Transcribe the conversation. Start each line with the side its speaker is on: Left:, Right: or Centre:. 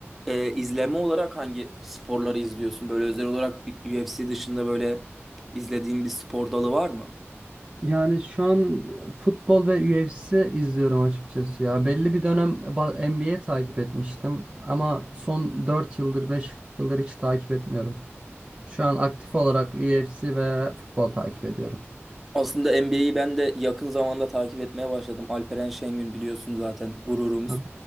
Centre: e, izleme olarak hangi sporları izliyorsun? Böyle özel olarak UFC dışında böyle izlediğin bir spor dalı var mı?
Right: Yani şu an e, futbol ve UFC izliyorum açıkçası ya. Belli bir dönem ba- NBA takip etmiştim ama son 4 yıldır 5 yıldır hiç takip etmiyorum. Şu an aktif olarak UFC ve futbol takip ediyorum.
Centre: Aslında NBA'yi ben de yakın zamanda takip etmeye başladım. Alperen Şengün biliyorsun zaten gururumuz.
Right: Ha.